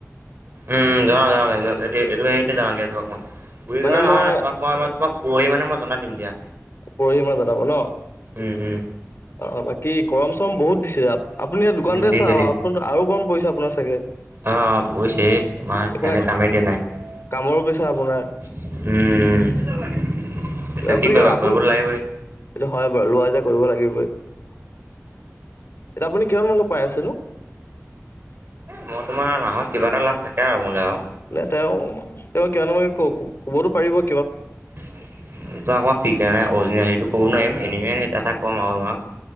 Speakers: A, on the right; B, on the left.
A: উম, যাও-যাও এইটো হেৰিতে যাও দিয়া তোমাৰ বুৰি
B: মানে
A: কৰা নহয়
B: মই
A: তোমাক মই মই তোমাক পৰহি মানে মই জনাই দিম দিয়া
B: পৰহি মানে জনাব ন অ,
A: উম উম
B: বাকী গৰম চৰম বহুত দিছে তাত। আপুনি ইয়াত দোকানতে
A: উম দিছে
B: চাওক
A: দিছে
B: আৰু গৰম পৰিছে আপোনাৰ চাগে।
A: অ পৰিছেই তোমাৰ
B: এইফালে
A: ফেনে কামেই দিয়া নাই
B: কামৰো পিছে আপোনাৰ
A: উম সেইটো
B: আপুনি
A: কি কৰিবা
B: আপুনি
A: কৰিবতো লাগিবই।
B: এইটো হয় বাৰু লোৱা যে কৰিব লাগিবই এতিয়া আপুনি কিমান মানকে পাই আছে নো।
A: মই তোমাৰ মাহত কিবা এটা লাভ থাকে আৰু মোলৈ আৰু
B: নে তেওঁ তেওঁ কিমান মানকে ক কবতো পাৰিবই
A: তই আকাৰ পিক নাই অৰিজিন সেইটো ক'ব নোৱাৰিম এনে কথা ক'ম আৰু তোমাক